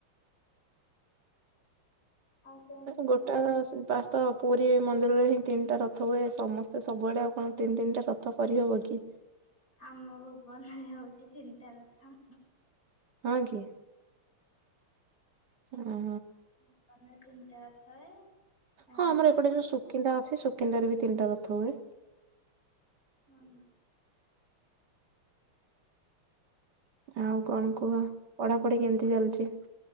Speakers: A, on the left (about 40°); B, on the right (about 50°).
A: ଆଉ କଣ କୁହନ୍ତୁ?
B: ଗୋଟେ <unintelligible> ପୁରୀ ମନ୍ଦିରରେ ହିଁ ତିନିଟା ରଥ ହୁଏ ସମସ୍ତେ ସବୁଆଡେ ଆଉ କଣ ତିନି ତିନିଟା ରଥ କରିହବ କି?
A: ଆମ ଭୁବନରେ ହଉଛି ତିନିଟା ରଥ।
B: ହଁ କି। ହଁ
A: ଭୁବନରେ ତିନିଟା ରଥ ହୁଏ। ଆଁ
B: ହଁ ଆମର ଏପଟେ ଯୋଉ ସୁକିନ୍ଦା ଅଛି ସୁକିନ୍ଦାରେ ବି ତିନିଟା ରଥ ହୁଏ।
A: ହୁଁ।
B: ଆଉ କଣ କୁହ ପଢାପଢି କେମିତି ଚାଲିଚି?